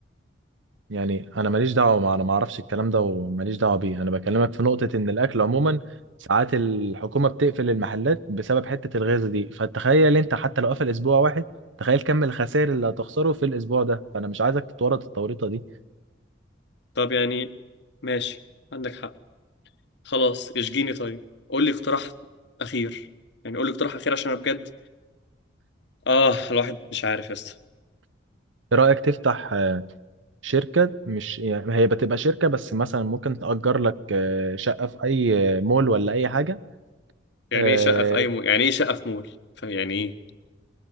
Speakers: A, on the right; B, on the left.
A: يعني انا ماليش دعوه مع انا ما اعرفش الكلام ده وماليش دعوه بيه انا بكلمك في نقطه ان الاكل عموما ساعات الحكومه بتقفل المحلات بسبب حته الغازه دي فتخيل انت حتى لو قفل اسبوع واحد تخيل كم الخسائر اللي هتخسره في الاسبوع ده فانا مش عايزك تتورط التوريطه دي
B: طب يعني ماشي عندك حق خلاص اشجيني طيب قول لي اقتراح أخير يعني قول لي اقتراح أخير عشان أنا بجد آه الواحد مش عارف يا اسطى
A: ايه رايك تفتح آه، شركه مش يعني هي بتبقى شركه بس مثلا ممكن تأجر لك آه، شقه في اي آه، مول ولا اي حاجه
B: يعني
A: آه،
B: ايه شقة في اي مول يعني ايه شقة في مول فيعني ايه